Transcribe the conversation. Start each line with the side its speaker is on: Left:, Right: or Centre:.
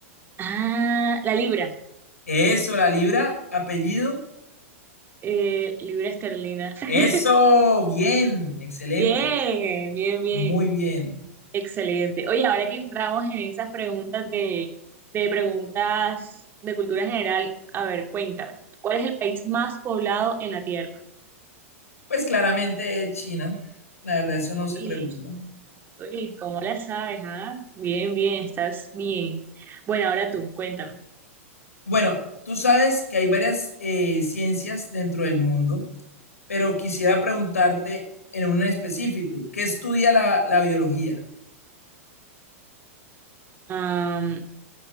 Right: Ah, la libra.
Left: Eso, la libra, apellido.
Right: Eh, libra esterlina. <laughs>
Left: Eso, bien, excelente,
Right: Bien, bien, bien.
Left: muy bien.
Right: Excelente. Oye, ahora que entramos en esas preguntas de, de preguntas de cultura general, a ver, cuéntame, ¿cuál es el país más poblado en la Tierra?
Left: Pues claramente es China. La verdad, eso no
Right: Uy,
Left: se pregunta.
Right: uy, ¿cómo la sabes, ah? Bien, bien, estás bien. Bueno, ahora tú, cuéntame.
Left: Bueno, tú sabes que hay varias eh, ciencias dentro del mundo, pero quisiera preguntarte en un específico, ¿qué estudia la, la biología?
Right: Am,